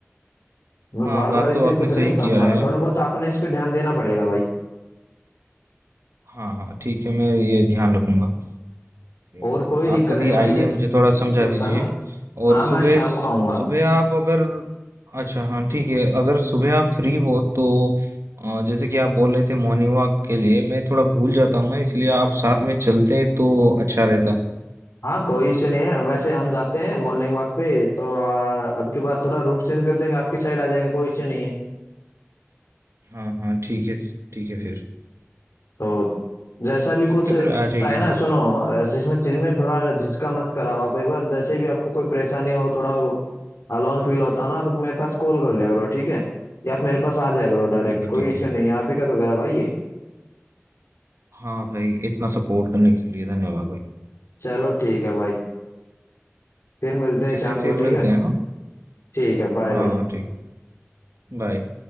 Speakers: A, on the left; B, on the right.
A: मैं
B: हाँ
A: बार
B: बात
A: बार इस
B: तो
A: चीज
B: आपने
A: को थोड़ी
B: सही
A: ना बताऊंगा
B: किया है
A: थोड़ा बहुत आपने इस पे ध्यान देना पड़ेगा भाई
B: हाँ हाँ ठीक है मैं ये ध्यान रखूंगा जी।
A: और कोई दिक्कत
B: आप कभी
A: नहीं भाई
B: आइए
A: जैसे
B: मुझे
A: फील
B: थोड़ा समझा
A: होता
B: दीजिए
A: है ना
B: और
A: हाँ
B: सुबह
A: मैं शाम को आऊंगा
B: सुबह आप अगर अच्छा हाँ ठीक है अगर सुबह आप फ्री हो तो अ, जैसे कि आप बोल रहे थे मॉर्निंग वॉक के लिए मैं थोड़ा भूल जाता हूँ ना इसलिए आप साथ में चलते हैं तो अच्छा रहता
A: हाँ कोई इशू नहीं है वैसे हम जाते हैं मॉर्निंग वॉक पे तो आ, अब की बार थोड़ा रूट चेंज कर देंगे आपकी साइड आ जाएंगे कोई इश्यू नहीं है
B: हाँ हाँ ठीक है ठीक है फिर
A: तो जैसा भी
B: ठीक
A: कुछ
B: है
A: दिक्कत
B: फिर आ जाइए
A: आए ना सुनो ऐसे इसमें चीज में थोड़ा झिझका मत कराओ आप एक बार जैसे भी आपको कोई परेशानी हो थोड़ा अलोन फील होता हो ना आप मेरे पास कॉल कर लिया करो ठीक है या आप मेरे पास आ जाया करो डायरेक्ट
B: ठीक है
A: कोई
B: ठीक
A: इश्यू
B: है
A: नहीं है आप ही का तो घर है भाई ये
B: हाँ भाई इतना सपोर्ट करने के लिए धन्यवाद भाई
A: चलो ठीक है भाई फिर मिलते हैं
B: ठीक
A: शाम
B: है
A: को
B: फिर
A: ठीक
B: मिलते
A: है
B: हैं हाँ
A: ठीक है बाय
B: हाँ
A: बाय
B: ठीक बाय